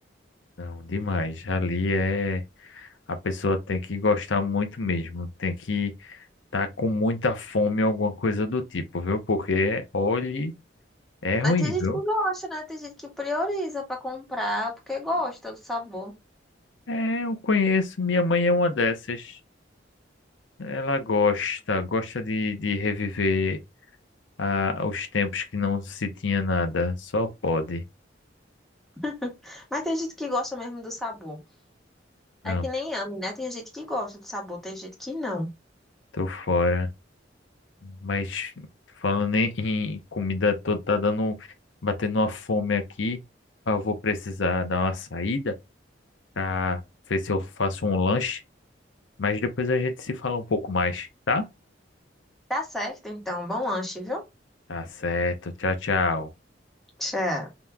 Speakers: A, on the left; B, in the centre.
A: Não, demais. Ali é. A pessoa tem que gostar muito mesmo, tem que estar com muita fome, alguma coisa do tipo, viu? Porque, olhe, é ruim,
B: Mas tem gente
A: viu?
B: que gosta, né? Tem gente que prioriza pra comprar porque gosta do sabor.
A: É, eu conheço, minha mãe é uma dessas. Ela gosta, gosta de, de reviver ah, os tempos que não se tinha nada, só pode.
B: <laughs> Mas tem gente que gosta mesmo do sabor.
A: Não,
B: É que nem ame, né? Tem gente que gosta do sabor, tem gente que não.
A: tô fora. Mas falando em, em comida, tô tá dando, batendo uma fome aqui. Eu vou precisar dar uma saída. pra ver se eu faço um lanche, mas depois a gente se fala um pouco mais, tá?
B: Tá certo, então. Bom lanche, viu?
A: Tá certo. Tchau, tchau.
B: Tchau.